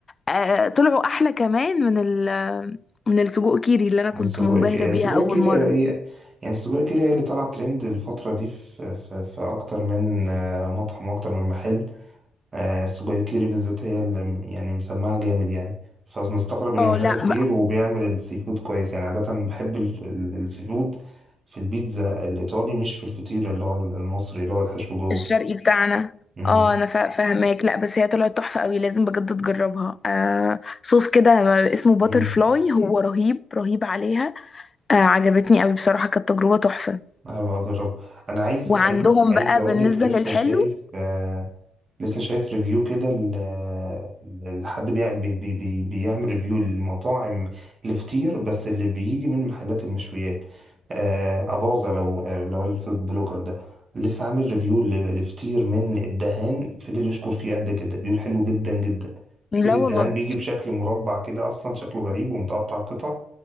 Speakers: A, on the left (about 30°); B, on the right (about 35°).
A: آه طلعوا احلى كمان من ال من السجق كيري اللي انا كنت
B: السجق
A: منبهرة
B: كيري هي
A: بيها
B: السجق
A: اول
B: كيري
A: مرة
B: هي هي- يعني السجق كيري هي اللي طالعه ترند الفتره دي في في, في اكتر من آه، مطعم واكتر من محل آه السجاير بالذات هي اللي م- يعني مسمعة جامد يعني فمستغرب ان
A: اه
B: محل
A: لا
B: فطير
A: بقى
B: وبيعمل السي فود كويس يعني عادة بحب ال- ال- السي فود في البيتزا الإيطالي مش في الفطير اللي هو المصري اللي هو الحشو جوه
A: الشرقي بتاعنا
B: مم.
A: اه انا فا- فاهماك لا بس هي طلعت تحفة قوي لازم بجد تجربها آه صوص كده اسمه باتر
B: مم.
A: فلاي هو رهيب رهيب عليها آه عجبتني قوي بصراحة كانت تجربة تحفة
B: أبقى أجرب أنا عايز
A: وعندهم
B: آه. عايز عايز
A: بقى
B: أقول
A: بالنسبة
B: لك لسه
A: للحلو
B: شايف آه لسه شايف ريفيو كده ل- ل- لحد بيع- بي بي بي بيعمل ريفيو للمطاعم الفطير بس اللي بيجي من محلات المشويات آه أباظة لو اللي هو الفود بلوجر ده لسه عامل ريفيو ل- لفطير من الدهان فضل يشكر فيه قد كده بيقول حلو جدا جدا
A: لا
B: فطير الدهان
A: والله
B: بيجي بشكل مربع كده أصلا شكله غريب ومتقطع قطع